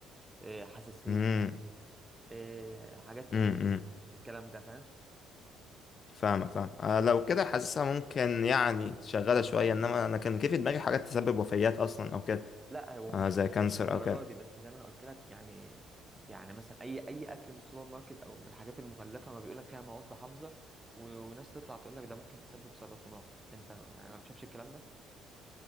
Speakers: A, on the right; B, on the left.
A: آه، حساسيه
B: امم
A: آه، حاجات من
B: امم امم.
A: الكلام ده فاهم
B: فاهمك فاهم آه لو كده حاسسها ممكن يعني شغاله شويه انما انا كان كيف في دماغي حاجات تسبب وفيات اصلا او كده
A: لا هو مش
B: آه زي كانسر
A: مش للدرجه
B: او كده
A: دي بس زي ما انا قلت لك يعني يعني مثلا اي اي اكل من السوبر ماركت او من الحاجات المغلفه ما بيقول لك فيها مواد حافظه و- وناس تطلع تقول لك ده ممكن تسبب سرطانات انت يعني ما بتشوفش الكلام ده